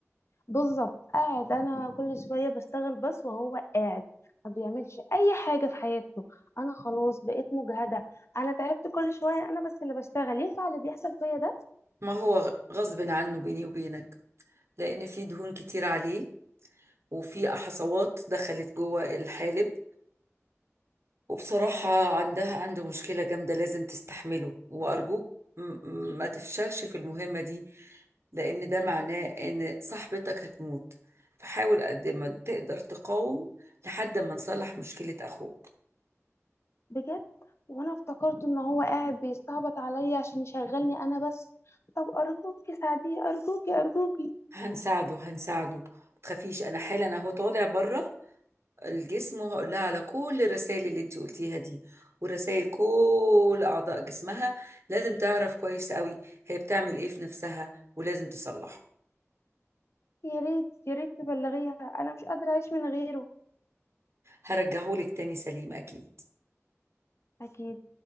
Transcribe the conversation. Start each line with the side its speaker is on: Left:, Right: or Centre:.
Left: بالظبط قاعد انا كل شويه بشتغل بس وهو قاعد ما بيعملش اي حاجه في حياته انا خلاص بقيت مجهده انا تعبت كل شويه انا بس اللي بشتغل ينفع اللي بيحصل فيا ده
Right: ما هو غ- غصب عنه بيني وبينك لان في دهون كتير عليه وفي حصوات دخلت جوه الحالب وبصراحة عندها عنده مشكلة جامدة لازم تستحمله وأرجوك م- م- ما تفشلش في المهمة دي لأن ده معناه إن صاحبتك هتموت فحاول قد ما تقدر تقاوم لحد ما نصلح مشكلة أخوك
Left: بجد وانا افتكرت ان هو قاعد بيستعبط عليا عشان يشغلني انا بس طب ارجوكي ساعديه ارجوكي ارجوكي
Right: هنساعده هنساعده ما تخافيش أنا حالا أهو طالع بره الجسم وهقول لها على كل الرسائل اللي انت قلتيها دي ورسائل كل أعضاء جسمها لازم تعرف كويس قوي هي بتعمل إيه في نفسها ولازم تصلحه
Left: يا ريت يا ريت تبلغيها انا مش قادره اعيش من غيره
Right: هرجعهولك تاني سليم اكيد
Left: اكيد